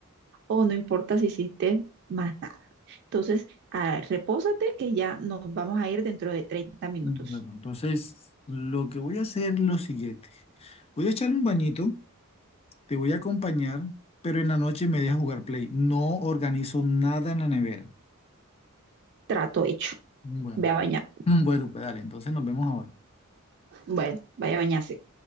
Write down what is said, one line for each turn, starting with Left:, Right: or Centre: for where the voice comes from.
Right: o no importa si hiciste más nada. Entonces, ah, repósate que ya nos vamos a ir dentro de 30 minutos.
Left: Mm, Bueno, entonces, lo que voy a hacer es lo siguiente. Voy a echar un bañito, te voy a acompañar, pero en la noche me dejas jugar play. No organizo nada en la nevera.
Right: Trato hecho.
Left: Bueno,
Right: Ve a bañar.
Left: <laughs> bueno, pues dale, entonces nos vemos ahora.
Right: Bueno, vaya a bañarse.